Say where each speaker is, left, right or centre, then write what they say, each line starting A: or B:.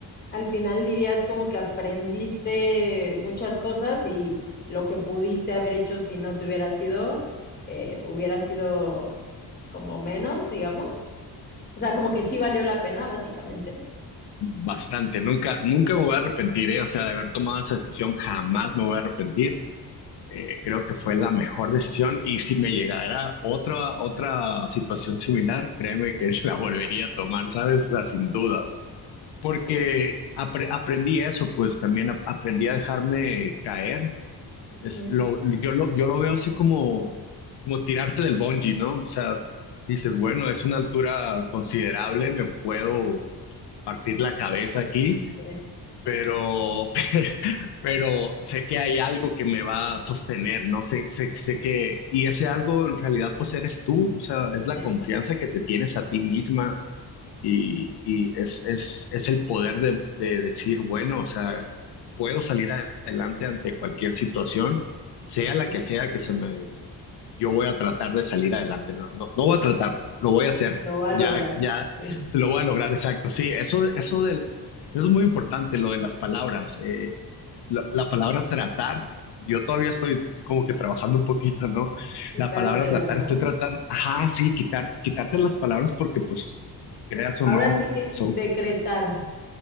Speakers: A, on the left; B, on the left.
A: al final dirías como que aprendiste muchas cosas y lo que pudiste haber hecho si no te hubiera sido, eh, hubiera sido como menos, digamos. O sea, como que sí valió la pena, básicamente.
B: bastante. Nunca, nunca
A: Ujú.
B: me voy a arrepentir, ¿eh? O sea, de haber tomado esa decisión, jamás me voy a arrepentir. Eh, creo que fue la mejor decisión y si me llegara otra, otra situación similar, créeme que <laughs> la volvería a tomar, ¿sabes? O sea, sin dudas. Porque
A: Sí,
B: apre- aprendí eso, pues también ap- aprendí a dejarme caer.
A: Ujú.
B: Es lo, yo, lo, yo lo veo así como, como tirarte del bungee, ¿no? O sea, dices, bueno, es una altura considerable, me puedo partir la cabeza aquí,
A: sí,
B: pero, <laughs> pero, sé que hay algo que me va a sostener, ¿no? Sé, sé, sé que, y ese algo en realidad pues eres tú, o sea, es la
A: sí,
B: confianza que te tienes a ti misma y, y es, es, es el poder de, de decir, bueno, o sea, puedo salir adelante ante cualquier situación, sea la
A: sí,
B: que sea que se me yo voy a tratar de salir adelante, no, no, no voy a tratar,
A: sí,
B: lo voy a hacer,
A: lo va
B: ya,
A: a lograr.
B: ya,
A: Sí.
B: se lo voy a lograr, exacto, sí, eso, eso del, eso es muy importante, lo de las palabras, eh, la, la palabra tratar, yo todavía estoy como que trabajando un poquito, ¿no?
A: quitártela,
B: La palabra tratar,
A: ¿no?
B: estoy tratando, ajá, sí, quitar, quitarte las palabras porque pues, creas o
A: Ahora
B: no,
A: sí que
B: son
A: decretar.